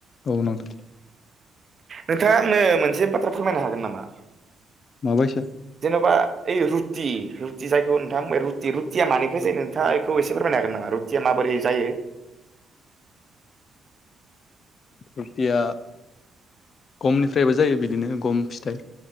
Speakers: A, on the left; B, on the right.
A: औ नोंथां
B: नोंथाङा आंनो मोनसे बाथ्रा फोरमायनो हागोन नामा?
A: माबायसा
B: बा ओइ रुटि रुटि जायखौ नोंथां बे रुटिखौ थिया मानिफ्राय जायो नोंथाङा बेखौ एसे फोरमायनो हागोन नामा रुटिया माबोरै जायो?
A: रुटिया गमनिफ्रायबो जायो बिदिनो गम फिथाइ।